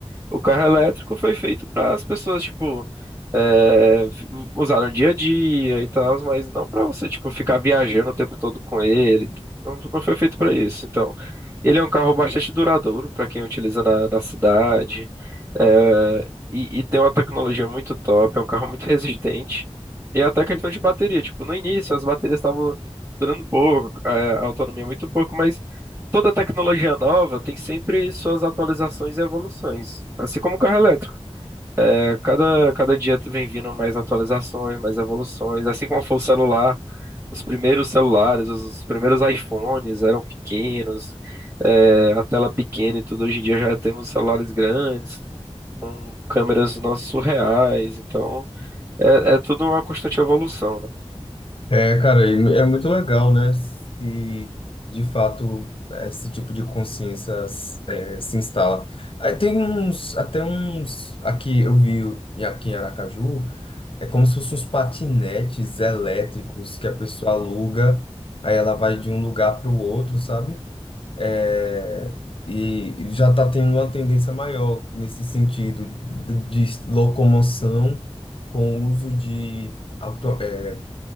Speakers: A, on the right; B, on the left.
A: O carro elétrico foi feito para as pessoas, tipo, é, f- usar no dia a dia e tal, mas não para você, tipo, ficar viajando o tempo todo com ele. Não, não foi feito para isso. Então, ele é um carro bastante duradouro para quem utiliza na, na cidade. é, e, e tem uma tecnologia muito top, é um carro muito resistente. E é até questão de bateria, tipo, no início as baterias estavam durando pouco, a a autonomia muito pouco, mas Toda tecnologia nova tem sempre suas atualizações e evoluções, assim como o carro elétrico. É, cada, cada dia tu vem vindo mais atualizações, mais evoluções, assim como foi o celular. Os primeiros celulares, os os primeiros iPhones eram pequenos, é, a tela pequena e tudo. Hoje em dia já temos celulares grandes, câmeras nossas surreais, então é, é tudo uma constante evolução, né?
B: É, cara, e é muito legal, né? Se de fato esse tipo de consciência é, se instala. Aí tem uns, até uns, aqui eu vi e aqui em Aracaju, é como se fossem uns patinetes elétricos que a pessoa aluga, aí ela vai de um lugar para o outro, sabe? É, e já está tendo uma tendência maior nesse sentido de de locomoção com o uso de auto, é,